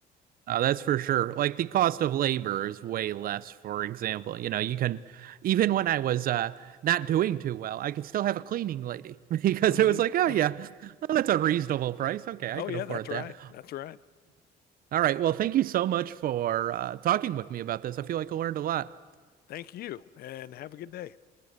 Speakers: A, on the right; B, on the left.
A: Uh, that's for sure. Like the cost of labor is way less, for example. You know, you can, even when I was uh, not doing too well, I could still have a cleaning lady <laughs> because
B: hmm
A: it was like, oh,
B: <clears throat>
A: yeah, well, that's a reasonable price. Okay, I
B: Oh,
A: can
B: yeah,
A: afford
B: that's right.
A: that.
B: That's right.
A: All right. Well, thank you so much for uh, talking with me about this. I feel like I learned a lot.
B: Thank you and have a good day.